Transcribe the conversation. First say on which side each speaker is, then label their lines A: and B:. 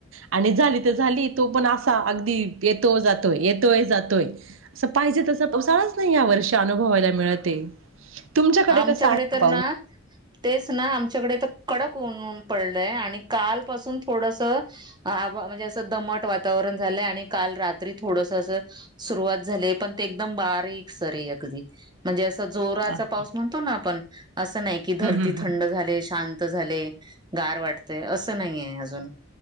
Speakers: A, on the right; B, on the right.
A: आणि झाली तर झाली तो पण असा अगदी येतो जातोय येतोय जातोय असं पाहिजे तसंपावसाळा नाही या वर्षी अनुभवायला मिळत तुमच्याकडे
B: आमच्याकडे
A: कस आहे
B: तर
A: पाऊस
B: ना तेच ना आमच्याकडे तर कडकऊन <unintelligible> पडलय आणि कालपासून थोडस म्हणजे असं दमट वातावरण झालंय आणि काल रात्री थोडस सुरवात झाली पण ते एक बारीक सरी अगदी म्हणजे जोराचा
A: हम्म
B: पाऊस म्हणतो आपण असं नाही की धरती
A: हम्म हम्म.
B: थंड झाले शांत झाले गार वाटतेय असं नाहीय अजून